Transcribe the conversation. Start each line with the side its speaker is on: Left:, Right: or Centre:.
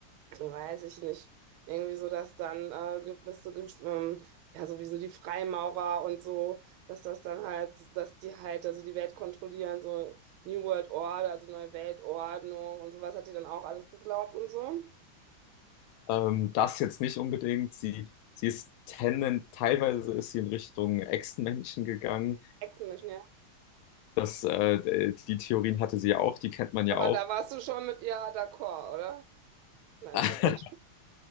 Right: weiß ich nicht, irgendwie so, dass dann äh, gewisse, Gesch- ähm, ja, sowieso die Freimaurer und so, dass das dann halt, dass die halt also die Welt kontrollieren, so New World Order, also neue Weltordnung und sowas hat die dann auch alles geglaubt und so.
Left: Ähm, das jetzt nicht unbedingt. Sie, sie ist tenden, teilweise ist sie in Richtung Echsenmenschen gegangen.
Right: Echsenmenschen, ja.
Left: Das, äh, die Theorien hatte sie ja auch, die kennt man
Right: Aber
Left: ja auch.
Right: da warst du schon mit ihr d'accord, oder? Nein,
Left: <laughs>
Right: ich mach nicht.